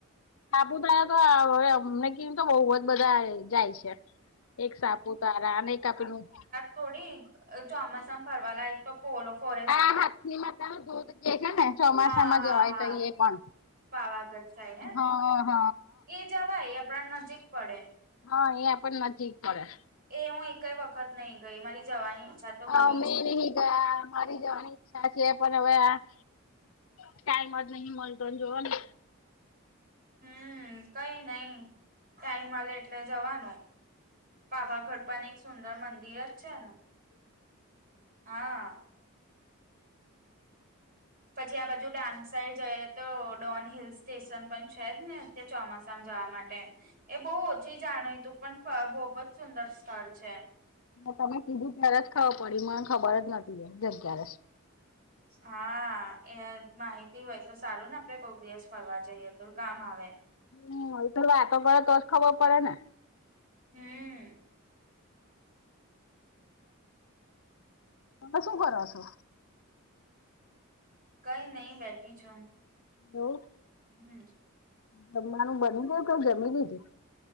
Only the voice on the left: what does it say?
સાપુતારા તો આ મે કીધું તો બોઉ બધા જાય છે. એક સાપુતારા અને એક આ પેલું
આ હાથની માતા ના દૂધ જે હે ને, ચોમાસામાં
જવાય
તાઈએ પણ.
હ
હ.
હા એ આપણ નજીક પડે.
અમે
નહી ગયા મારી જવાની ઈચ્છા છે. પણ હવે આ ટાઈમ જ નહી મળતો ને જવાનો.
તમે કીધું ત્યારે જ ખબર પડી. મને ખબર જ નથી, એ ક્યારે.
હમ. એકલું વાતો કરો તો જ ખબર પડે ને.
તમે શું કર છો?
બોલ
જમવાનું બની ગયું, કે જમી લીધું.